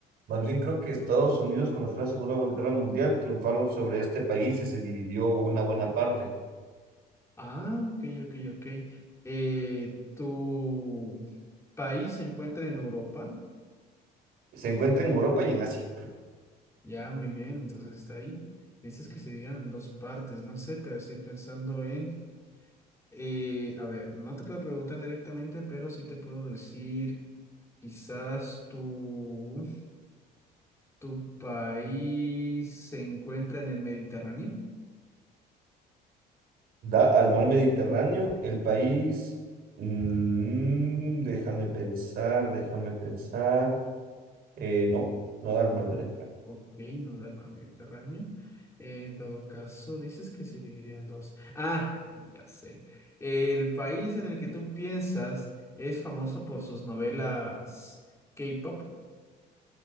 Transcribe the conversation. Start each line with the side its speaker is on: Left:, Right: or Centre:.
Right: Más bien creo que Estados Unidos, cuando fue la Segunda Guerra Mundial, triunfaron sobre este país y se dividió una buena parte.
Left: Ah, ok, ok, ok. Eh, ¿tu país se encuentra en Europa?
Right: Se encuentra en Europa y en Asia.
Left: Ya, muy bien, entonces está ahí. Me dices que se dieron en dos partes, no sé, pero estoy pensando en, eh, a ver, no te puedo preguntar directamente, pero sí te puedo decir, quizás tu, tu país se encuentra en el Mediterráneo.
Right: Da al mar Mediterráneo, el país... mm, déjame pensar, déjame pensar. Eh, no, no
Left: No,
Right: da el
Left: no,
Right: mal
Left: no.
Right: merechar.
Left: Ok, no da el mar Mediterráneo. En todo caso, dices que se dividió en dos. Ah, ya sé. El país en el que tú piensas es famoso por sus novelas K-pop.